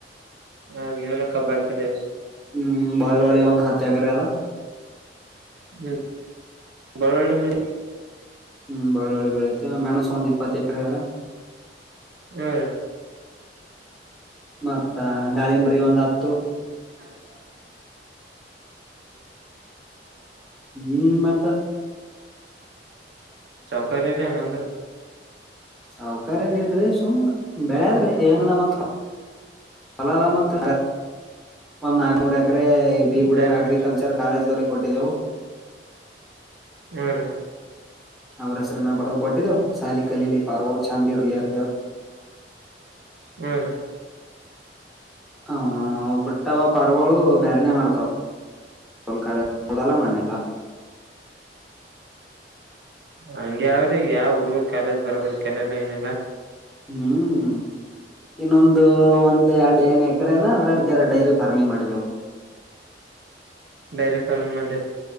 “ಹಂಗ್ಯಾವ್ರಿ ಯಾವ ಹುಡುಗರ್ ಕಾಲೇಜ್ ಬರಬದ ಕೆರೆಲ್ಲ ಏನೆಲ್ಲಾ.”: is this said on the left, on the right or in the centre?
Right